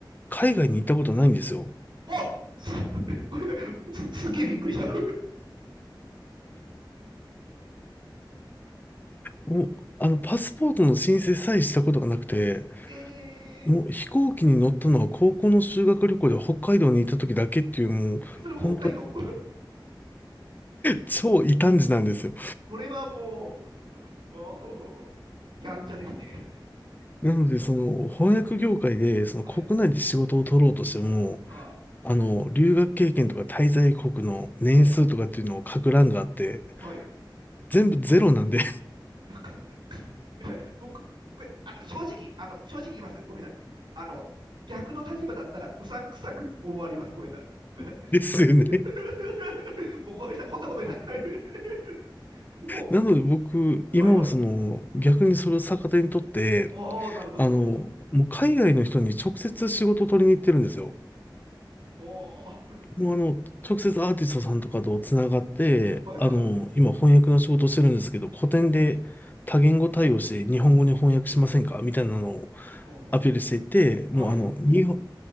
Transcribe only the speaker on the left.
海外に行ったことないんですよ。
もう、あの、パスポートの申請さえしたことがなくて、
もう飛行機に乗ったのは高校の修学旅行で北海道に行った時だけっていうもう、
本当に超異端児なんですよ。
なので、その翻訳業界でその国内で仕事を取ろうとしても、
あの、留学経験とか滞在国の年数とかっていうのを書く欄があって、
全部ゼロなんで
<laughs> ですよね。
なので僕、今はその、
逆にそれを逆手にとって、
あの、
もう海外の人に直接仕事を取りに行ってるんですよ。
もうあの、直接アーティストさんとかとつながって、
あの、今翻訳の仕事をしてるんですけど、古典で多言語対応して日本語に翻訳しませんかみたいなのを
アピールしていて、もうあの、
日本